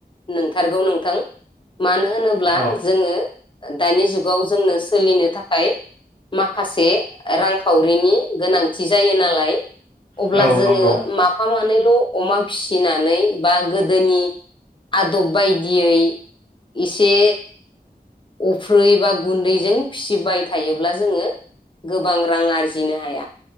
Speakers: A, on the left; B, on the right.
A: नोंथारगौ नोंथां मानो होनोब्ला
B: औ
A: जोङो दानि जुगाव जोंनो सोलिनो थाखाय माखासे रांखावरिनि गोनांथि जायो नालाय अब्ला
B: औ
A: जोङो
B: नंगौ
A: माफा मा नैल' अमा फिसिनानै बा गोदोनि आदब बायदियै एसे अफ्रैबा गुन्दैजों फिसिबाय थायोब्ला जोङो गोबां रां आरजिनो हाया।